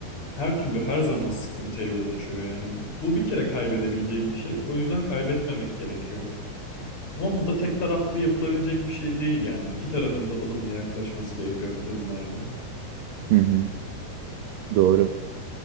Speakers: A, on the left; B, on the right.
A: her türlü her zaman sıkıntıya yol açıyor. Yani bu bir kere kaybedebileceğim bir şey. O yüzden kaybetmemek gerekiyor. Ama bu da tek taraflı yapılabilecek bir şey değil yani. İki tarafın da ılımlı yaklaşması gerekiyor bu durumlarda.
B: hı hı, doğru.